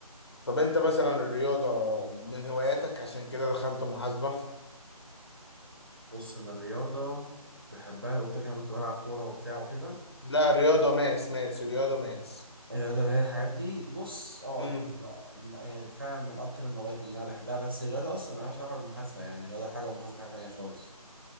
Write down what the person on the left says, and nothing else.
طب انت مثلا الرياضة من هواياتك عشان كده دخلت محاسبة
لا رياضة ماس ماس رياضة ماس
امم